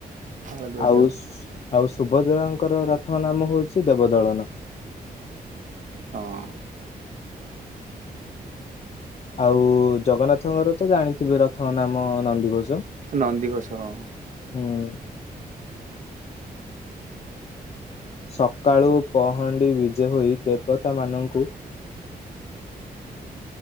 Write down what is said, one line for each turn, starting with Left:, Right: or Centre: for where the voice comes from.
Right: ତାଳଧ୍ୱଜ
Left: ଆଉ ଆଉ ସୁଭଦ୍ରାଙ୍କର ରଥମ ନାମ ହଉଛି ଦେବଦଳନ।
Right: ହଁ
Left: ଆଉ ଜଗନ୍ନାଥଙ୍କର ତ ଜାଣିଥିବେ ରଥଙ୍କ ନାମ ନନ୍ଦିଘୋଷ।
Right: ନନ୍ଦି ଘୋଷ ହଁ।
Left: ହୁଁ ସକାଳୁ ପହଣ୍ଡି ବିଜେ ହୋଇ ଦେବତା ମାନଙ୍କୁ